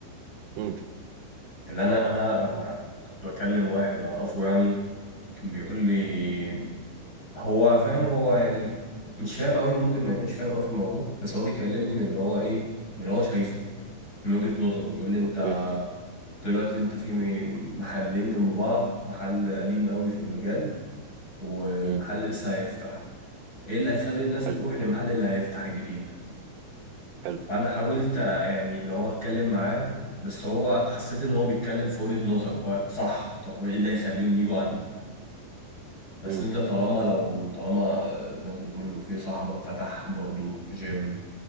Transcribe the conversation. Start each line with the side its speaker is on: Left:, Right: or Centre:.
Right: امم
Left: اللي انا انا لما كنت بكلم واحد اعرفه يعني كان بيقول لي هو فاهم هو يعني مش فاهم قوي ممكن ما يكونش فاهم قوي في الموضوع بس هو بيكلمني من اللي هو ايه من اللي هو شايفه من وجهة نظره بيقول لي انت
Right: اوكي
Left: دلوقتي انت في محلين جنب بعض محل قديم قوي في المجال ومحل
Right: امم
Left: لسه هيفتح ايه اللي هيخلي الناس
Right: حلو
Left: تروح للمحل اللي هيفتح الجديد
Right: حلو
Left: فانا حاولت يعني اللي هو اتكلم معاه بس هو حسيت ان هو بيتكلم في وجهة نظر هو صح طب ايه اللي هيخليهم يجوا عندي بس
Right: امم
Left: انت طالما لو طالما آه، زي انت بتقول لو في صاحبك فتح برضو جيم